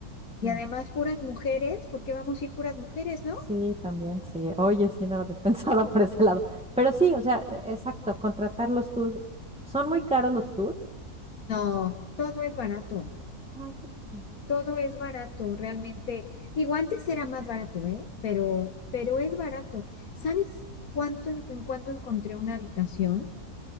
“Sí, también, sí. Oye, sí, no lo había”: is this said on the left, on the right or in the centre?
Centre